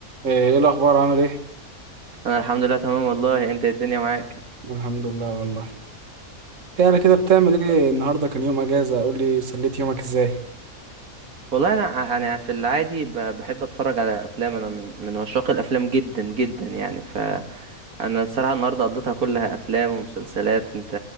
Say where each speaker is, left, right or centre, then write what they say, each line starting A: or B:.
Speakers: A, on the right; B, on the right.
A: ايه إيه الاخبار عامل ايه
B: انا الحمد لله تمام والله انت إيه الدنيا معاك
A: الحمد لله والله ايه انا كده بتعمل ايه النهارده كان يوم اجازه قول لي سليت يومك ازاي
B: والله انا انا في العادي ب- بحب اتفرج على افلام انا من من عشاق الافلام جدا جدا يعني فانا الصراحه النهارده قضيتها كلها افلام ومسلسلات انت